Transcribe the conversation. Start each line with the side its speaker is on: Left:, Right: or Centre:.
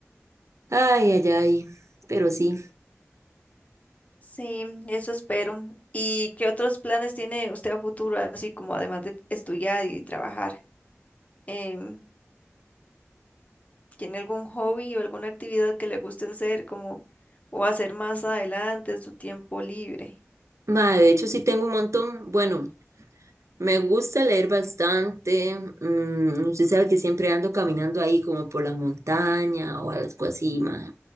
Right: Ay, ay, ay, pero sí.
Left: Sí, eso espero. ¿Y qué otros planes tiene usted a futuro, así como además de estudiar y trabajar? Em, ¿tiene algún hobby o alguna actividad que le guste hacer como o hacer más adelante en su tiempo libre?
Right: Mae, de hecho sí tengo un montón. Bueno, me gusta leer bastante. Mm, usted sabe que siempre ando caminando ahí como por la montaña o algo así, mae.